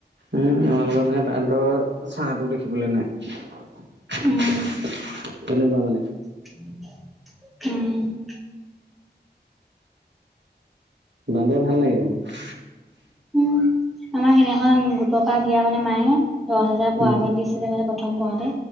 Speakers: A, on the right; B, in the centre.
A: উম, আমালোকৰ পিনে বান্দৰৰ ছাঁটোও দেখিবলে নাই। তেনেকুৱা
B: উম,
A: মানে
B: উম উম
A: বান্দৰ ভাল লাগে মোৰ।
B: উম। আমাৰ সেইদিনাখন, গোটৰ পৰা দিয়া মানে মায়ে, দহ হেজাৰ পোৱাৰ
A: উম,
B: আগত দিছিলে নহয় প্ৰথম পাওঁতে